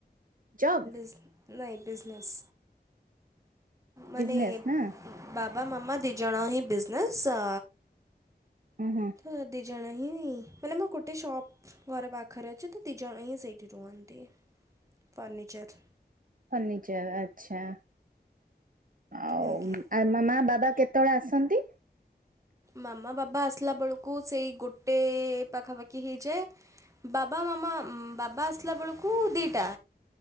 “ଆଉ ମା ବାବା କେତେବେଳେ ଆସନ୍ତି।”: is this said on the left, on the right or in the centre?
Right